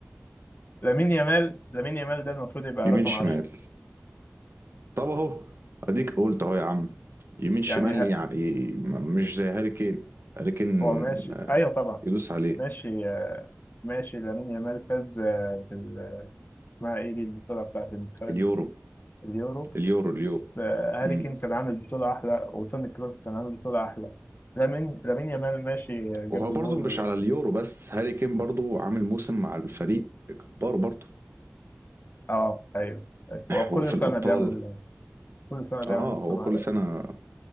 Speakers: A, on the left; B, on the right.
A: لامين يامال لامين يامال ده المفروض يبقى
B: يمين
A: رقم
B: شمال
A: 10
B: طب اهو اديك قلت اهو يا عم يمين شمال
A: يعني ه-
B: يعني م- مش زي هاري كين هاري كين
A: هو ماشي ايوه طبعا
B: يدوس عليه
A: ماشي آه، ماشي لامين يامال فاز آه، بال آه، اسمها ايه دي البطوله بتاعت المنتخبات
B: اليورو
A: دي اليورو
B: اليورو اليورو
A: بس آه، هاري
B: امم
A: كين كان عامل بطوله احلى وتوني كروس كان عامل بطوله احلى لامين لامين يامال ماشي آه، جاب
B: وهو
A: له
B: برضه
A: جون
B: مش
A: ولا
B: على
A: جون.
B: اليورو بس هاري كين برضه عامل موسم مع الفريق جبار برضه
A: اه ايوه أيوة. هو كل
B: هو في
A: سنه
B: الابطال
A: بيعمل كل سنه بيعمل
B: اه
A: موسم
B: هو كل
A: عالمي
B: سنه